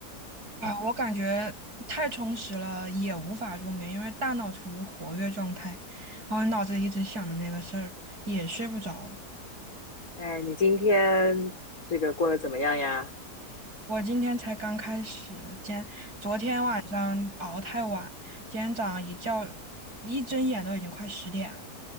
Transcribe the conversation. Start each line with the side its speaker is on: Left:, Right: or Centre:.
Right: 啊，我感觉太充实了，也无法入眠，因为大脑处于活跃状态，然后脑子里一直想着那个事儿，也睡不着。
Left: 哎，你今天这个过得怎么样呀？
Right: 我今天才刚开始，今天昨天晚上熬太晚，今天早上一觉一睁眼都已经快十点了。